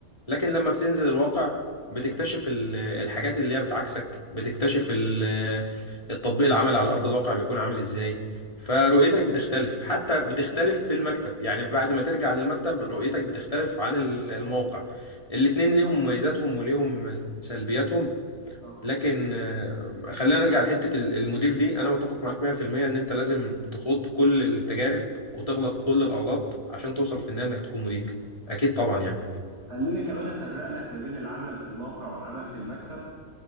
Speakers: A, on the left; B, on the right.
A: لكن لما بتنزل الواقع بتكتشف ال- الحاجات اللي هي بتعكسك بتكتشف ال- التطبيق العملي على أرض الواقع بيكون عامل إزاي فرؤيتك بتختلف حتى بتختلف في المكتب يعني بعد ما ترجع للمكتب رؤيتك بتختلف عن ال- الموقع الاتنين ليهم مميزاتهم وليهم سلبياتهم
B: صح.
A: لكن آه، خلينا نرجع لحتة ال- المدير دي أنا متفق معاك 100% إن أنت لازم تخوض كل التجارب وتغلط كل الأغلاط عشان توصل في النهاية إنك تكون مدير أكيد طبعا يعني
B: خليني كمان افرق لك ما بين العمل في الموقع والعمل في المكتب